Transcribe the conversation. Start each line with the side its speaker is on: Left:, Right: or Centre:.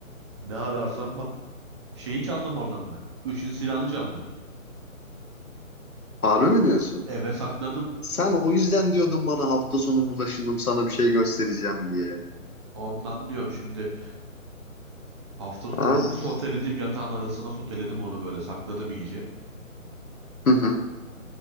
Right: ne ararsan var. Şeyi çaldım oradan ben. Üçün silahını çaldım.
Left: Harbi mi diyorsun?
Right: Eve sakladım.
Left: Sen o yüzden diyordun bana hafta sonu bulaşalım sana bir şey göstereceğim diye.
Right: Ondan diyorum şimdi. Hafta so-,
Left: Aa.
Right: onu soteledim yatağın arasına soteledim onu böyle sakladım iyice.
Left: Hı hı.